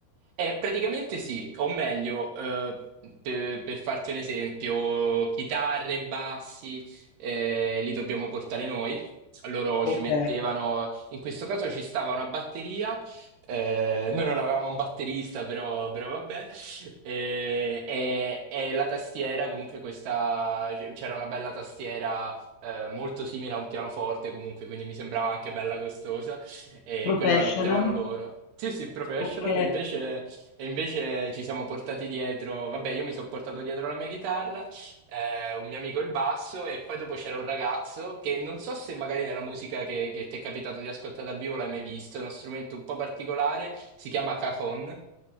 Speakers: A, on the right; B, on the left.
A: Eh, praticamente sì, o meglio, eh, per, per farti un esempio, chitarre, bassi, eh, li dobbiamo portare noi. Loro
B: Ok.
A: ci mettevano, in questo caso ci stava una batteria, eh, noi non avevamo un batterista, però, però vabbè, eh, e, e la tastiera, comunque questa, c'era una bella tastiera, eh, molto simile a un pianoforte comunque, quindi mi sembrava anche bella costosa e
B: Professional,
A: quella la mettevano loro. Sì, sì, professional,
B: ok,
A: invece e invece ci siamo portati dietro, vabbè, io mi sono portato dietro la mia chitarra, eh, un mio amico il basso, e poi dopo c'era un ragazzo che non so se magari nella musica che, che ti è capitato di ascoltare dal vivo l'hai mai visto, è uno strumento un po' particolare, si chiama cajon,